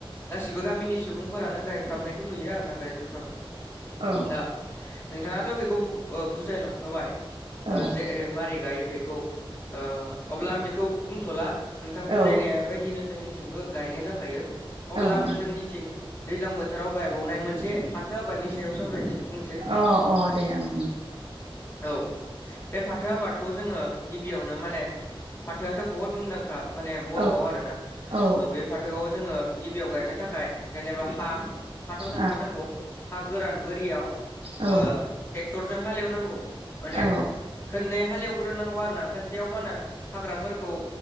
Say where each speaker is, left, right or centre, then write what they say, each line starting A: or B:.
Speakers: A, on the left; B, on the right.
A: गासिबो गामिनि सुबुंफोरानो गायफ्रामनायखौ नुयो आर ना गायजोबफ्रामो
B: औ
A: दा नोंथाङाथ' बेखौ बुजायलांखाबाय
B: ओं
A: ओ जे
B: औ
A: मारै गायो बेखौ ओ अब्ला आं बेखौ बुंथ'ला नोंथां बुजायनाय
B: औ
A: बायदिनो जोंनिथिंबो गायनाय जाखायो अब्ला
B: ओं
A: आङो जोंनिथिं दैज्लां बोथोराव गायबावनाय मोनसे फाथो आबादनि सायाव सावरायनोसै बुंसै
B: अ अ दे ओं
A: औ बे फाथो आबादखौ जोङो गिबियावनो माने फाथोआथ' बुहुद मुंदांखा माने बर'आव
B: उम
A: आरोना
B: औ
A: बे फाथोआव जोङो गिबियाव गायनो थाखाय जेनेबा हा हाथ' थाखानांगौ
B: औ
A: हा गोरान बोरियाव
B: औ ओं औ
A: ओ ट्रेक्टरजों हालेवनांगौ माने
B: उम औ
A: खननै हालेवग्रोनांगौ आरो ना खनसेयाव मा होनो हाग्राफोरखौ